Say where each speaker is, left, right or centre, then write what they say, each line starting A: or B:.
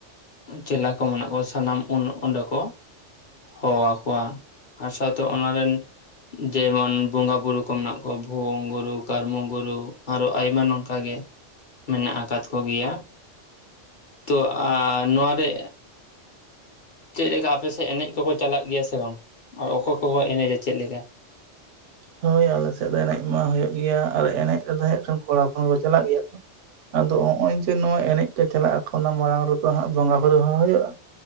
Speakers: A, on the left; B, on the right.
A: ᱪᱮᱞᱟ ᱠᱚ ᱢᱮᱱᱟᱜ ᱠᱚᱣᱟ ᱥᱟᱱᱟᱢ ᱚᱸᱰᱮ ᱠᱚ ᱦᱚᱦᱚ ᱟᱠᱚᱣᱟ ᱟᱨ ᱥᱟᱶᱛᱮ ᱚᱱᱟ ᱨᱮᱱ ᱡᱮᱢᱚᱱ ᱵᱚᱸᱜᱟ ᱵᱩᱨᱩ ᱠᱚ ᱢᱮᱱᱟᱜ ᱠᱚᱣᱟ ᱵᱷᱩᱣᱟᱹᱝ ᱜᱩᱨᱩ ᱠᱟᱨᱢᱚ ᱵᱩᱨᱩ ᱟᱨᱚ ᱟᱭᱢᱟ ᱱᱚᱝᱠᱟ ᱜᱮ ᱢᱮᱱᱟᱜ ᱟᱠᱟᱫ ᱠᱚᱜᱮᱭᱟ ᱛᱚ ᱟ ᱱᱚᱶᱟ ᱨᱮ ᱪᱮᱫ ᱞᱮᱠᱟ ᱟᱯᱮᱥᱮᱫ ᱮᱱᱮᱡ ᱠᱚᱠᱚ ᱪᱟᱞᱟᱜ ᱜᱮᱭᱟ ᱥᱮ ᱵᱟᱝ ᱟᱨ ᱚᱠᱚᱭ ᱠᱚᱠᱚ ᱮᱱᱮᱡᱟ ᱪᱮᱫ ᱞᱮᱠᱟ?
B: ᱦᱳᱭ ᱟᱞᱮ ᱥᱮᱫ ᱫᱚ ᱮᱱᱮᱡ ᱢᱟ ᱦᱩᱭᱩᱜ ᱜᱮᱭᱟ ᱟᱨ ᱮᱱᱮᱡ ᱨᱮᱫᱚ ᱠᱷᱟᱱ ᱠᱚᱲᱟ ᱦᱚᱯᱚᱱ ᱠᱚ ᱪᱟᱞᱟᱜ ᱜᱮᱭᱟ ᱠᱚ ᱟᱫᱚ ᱱᱚᱜ ᱚᱭ ᱡᱮ ᱱᱚᱣᱟ ᱮᱱᱮᱡ ᱠᱚ ᱪᱟᱞᱟᱜ ᱟᱠᱚ ᱚᱱᱟ ᱢᱟᱲᱟᱝ ᱨᱮᱫᱚ ᱦᱟᱸᱜ ᱵᱚᱸᱜᱟ ᱵᱩᱨᱩ ᱦᱚᱦᱚ ᱦᱩᱭᱩᱜᱼᱟ